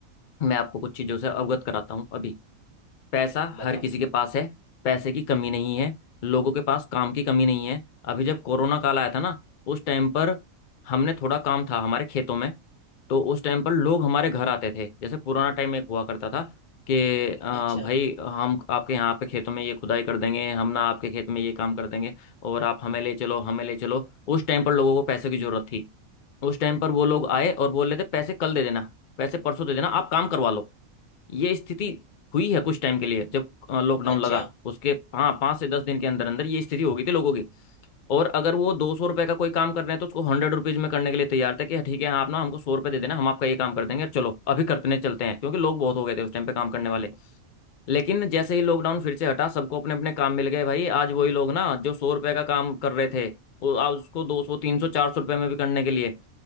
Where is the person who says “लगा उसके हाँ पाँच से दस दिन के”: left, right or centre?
Left